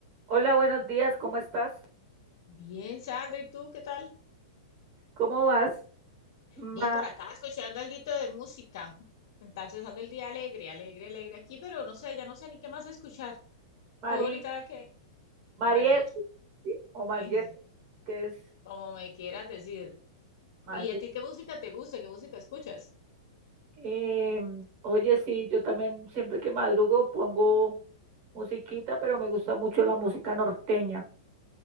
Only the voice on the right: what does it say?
Hola, buenos días, ¿cómo estás?
¿Cómo vas? Ma
Mari
Mariette,
¿sí? O Mariette,
que es
Mariette.
Em, oye, sí, yo también siempre que madrugo pongo musiquita, pero me gusta mucho la música norteña.